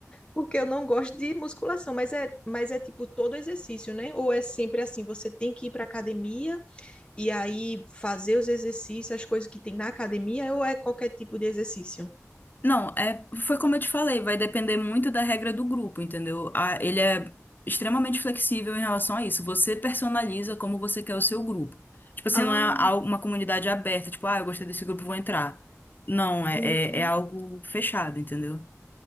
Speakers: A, on the left (about 20°); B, on the left (about 40°).
A: porque eu não gosto de musculação, mas é, mas é tipo todo exercício, né? Ou é sempre assim, você tem que ir para academia e aí fazer os exercícios, as coisas que tem na academia, ou é qualquer tipo de exercício?
B: Não, é, foi como eu te falei, vai depender muito da regra do grupo, entendeu? A- ele é extremamente flexível em relação a isso. Você personaliza como você quer o seu grupo. Tipo assim,
A: Ah,
B: não é al- uma comunidade aberta, tipo, ah, eu gostei desse grupo, vou entrar. Não, é,
A: entendi.
B: é, é algo fechado, entendeu?